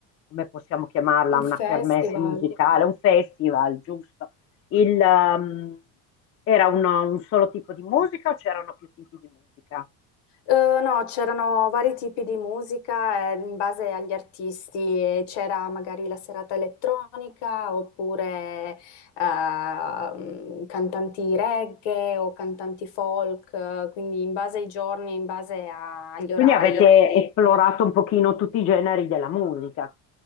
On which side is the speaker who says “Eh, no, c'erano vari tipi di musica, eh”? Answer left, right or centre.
Left